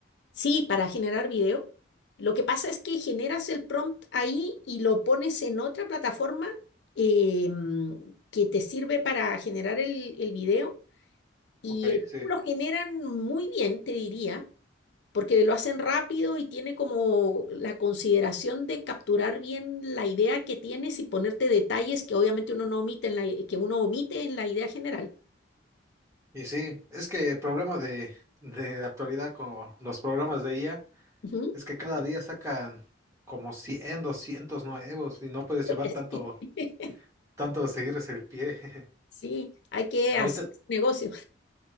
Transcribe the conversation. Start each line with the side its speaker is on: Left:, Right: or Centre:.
Left: Sí, para generar video. Lo que pasa es que generas el prompt ahí y lo pones en otra plataforma eh, mm, que te sirve para generar el, el video y
Right: Ok,
Left: el,
Right: sí.
Left: lo generan muy bien, te diría, porque lo hacen rápido y tiene como la consideración de capturar bien la idea que tienes y ponerte detalles que obviamente uno no omite en la, i- que uno omite en la idea general.
Right: Y sí, es que el problema de, de la actualidad con los programas de IA
Left: Ujú.
Right: es que cada día sacan como 100 200 nuevos y no puedes
Left: <laughs>
Right: llevar tanto, tanto de seguirles el pie. <laughs>
Left: Sí, hay que
Right: Ahorita,
Left: hacer negocio.